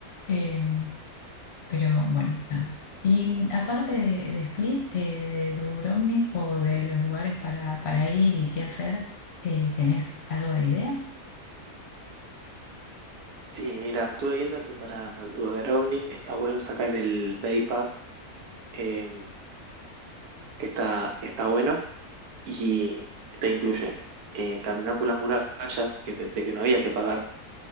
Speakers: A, on the left; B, on the right.
A: Eh, pero bueno, nada. Y aparte de, de Split, eh, de Dubrovnik o de los lugares para, para ir y qué hacer, eh, ¿tenés algo de idea?
B: Sí, mira, estuve viendo que para Dudovnik está bueno sacar el Bay Pass, eh, que está, está bueno, y te incluye eh, caminar por las murallas, que pensé que no había que pagar,